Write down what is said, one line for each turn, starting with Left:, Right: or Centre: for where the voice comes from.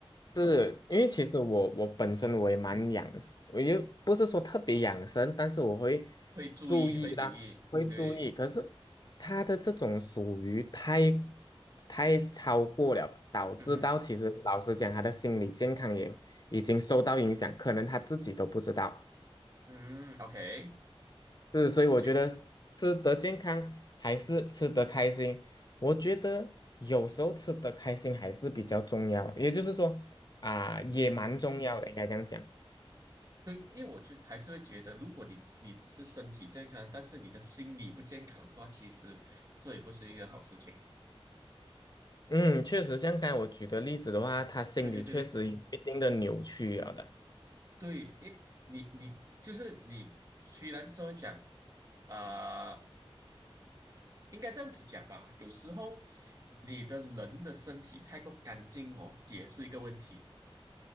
Left: 是因为其实我我本身我也蛮养生我又不是说特别养生，但是我会
Right: 会注意，
Left: 注意啦，
Right: 会留意，
Left: 会注意。
Right: 对，
Left: 可是他的这种属于太太超过了，导致到其实老实讲，
Right: 嗯哼，
Left: 他的心理健康也已经受到影响，可能他自己都不知道。
Right: 嗯，OK，
Left: 是，所以我觉得吃得健康还是吃得开心，
Right: 就，
Left: 我觉得有时候吃得开心还是比较重要，也就是说啊、也蛮重要的，
Right: 嗯哼，
Left: 应该这样讲。
Right: 对，因为我就还是会觉得，如果你你只是身体健康，但是你的心理不健康的话，其实这也不是一个好事情。
Left: 嗯，确实，像刚才我举的例子的话，他心里确实有一定的扭曲了的。
Right: 对对对对对，因你你就是你，虽然说讲啊、应该这样子讲吧，有时候你的人的身体太过干净哦，也是一个问题。